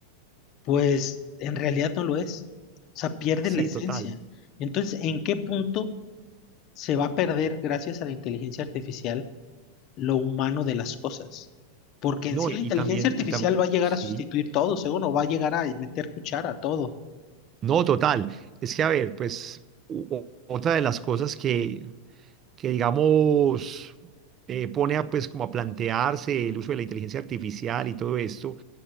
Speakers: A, on the left; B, on the right.
A: pues en realidad no lo es, o sea, pierde
B: Sí,
A: la esencia.
B: total.
A: Entonces, ¿en qué punto? se va a perder gracias a la inteligencia artificial lo humano de las cosas. Porque en
B: No,
A: sí
B: y,
A: la inteligencia
B: y también,
A: artificial
B: y tam-
A: va a llegar
B: sí,
A: a sustituir todo, según, o va a llegar a meter cuchara a todo.
B: no, total. Es que, a ver, pues u- o- otra de las cosas que, que digamos, eh, pone a, pues como a plantearse el uso de la inteligencia artificial y todo esto,